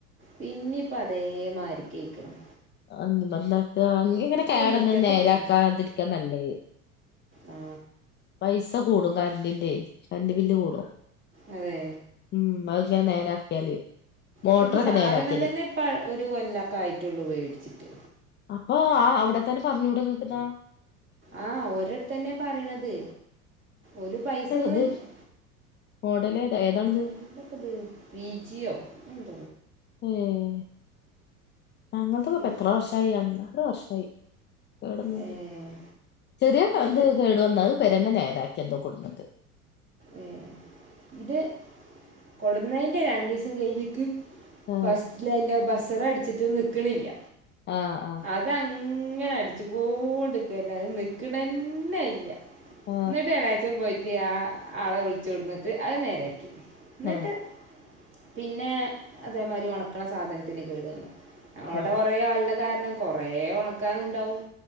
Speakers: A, on the right; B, on the left.
A: പിന്നിപ്പതേ മാരിക്കെയ്ക്കണം
B: <unintelligible> നീ ഇങ്ങനെ കേടന്നു
A: മുറ്റത്തിട്ടിക്കണം
B: നേരാക്കാതിരിക്കാ നല്ലേ
A: ആ
B: പൈസ കൂടും കരണ്ടിന്റെ കറന്റ് ബില്ല് കൂടും
A: അതെ
B: ഉം അത്ങ്ങനെ നേരാക്കിയാല് മോട്ടറൊക്കെ
A: ഇതിപ്പോ സാധനം
B: നേരാക്കിയല്
A: തന്നെ പ ഒരു കൊല്ലക്കെ ആയിട്ടുള്ളൂ വേടിച്ചിട്ട്
B: അപ്പൊ ആ അവിടെത്തന്നെ പറഞ്ഞൂടെ <unintelligible>
A: ആഹ ഓരോടത്തന്നെയ പറേണത് ഒരു പൈസൊന്നുംല്ല
B: ഇത് മോഡലേത ഏതാണ്
A: എന്തപ്പത് പി ജിയോ <unintelligible>
B: ഏഹ് ഞങ്ങൾത്തതുപ്പെത്ര
A: പിന്നെ
B: വർഷായി അഞ്ചാറ് വർഷായി കേടന്നുല്യ.
A: ഏഹ്
B: <unintelligible>
A: ഇത്
B: ഒന്നാത് വെരന്ന നേരാക്കി എന്തോ കൊട്ത്തിട്ട്
A: ഏ ഇത് കൊടന്നേന്റെ രണ്ടീസം കയിഞ്ഞിട്ട്
B: ആ
A: ഫസ്റ്റില് അയ്ന്റെ ബസറടിച്ചിട്ട് നിക്കണില്ല
B: ആ ആ
A: ഇതങ്ങനെ അടിച്ചുകൂണ്ട്ക്ക്ന്ന അത് നിക്കണന്നല്ല്യ
B: ആ
A: എന്നിട്ടെളാച്ചം പോയിട്ട് ആ ആളെ വിളിച്ചു കൊടന്നിട്ട് അത് നേരാക്കി എന്നിട്ട്
B: ആ
A: പിന്നെ അതേമാരി ഒണക്കണ സാധനത്തിന് കേട് വന്നു ഞങ്ങളാടെ
B: ആ
A: കൊറേ ആള ള്ള കാരണം കൊറേ ഒണക്കാനുണ്ടാവും